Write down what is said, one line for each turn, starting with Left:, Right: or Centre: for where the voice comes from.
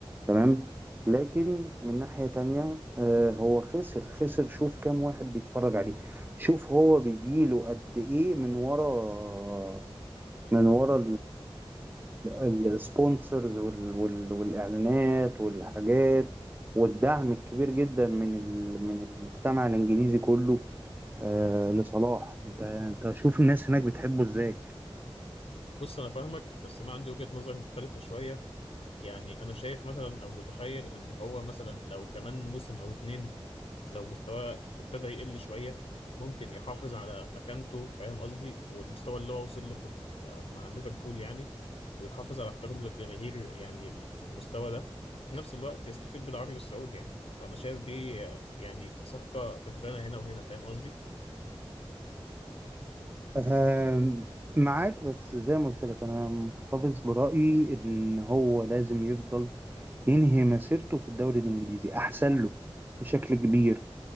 Right: تمام لكن من ناحيه تانية آه هو خسر خسر شوف كام واحد بيتفرج عليه شوف هو بيجيله قد ايه من ورا من ورا السبونسرز والاعلانات والحاجات والدعم الكبير جدا من ال- من المجتمع الانجليزي كله آه لصلاح انت انت شوف الناس هناك بتحبه ازاي
Left: بص أنا فاهمك بس أنا عندي وجهة نظر مختلفة شوية يعني انا شايف مثلا او متخيل ان هو مثلا لو كمان موسم او اتنين لو مستواه ابتدى يقل شوية ممكن يحافظ على مكانته فاهم قصدي والمستوى اللي هو وصل له في ال- مع ليفربول يعني ويحافظ على احترامه للجماهير يعني في المستوى ده في نفس الوقت يستفيد بالعرض السعودي يعني فانا شايف دي يعني صفقة كسبانة هنا وهنا فاهم قصدي
Right: آه معاك بس زي ما قلت لك انا محتفظ برأيي ان هو لازم يفضل ينهي مسيرته في الدوري الانجليزي احسن له بشكل كبير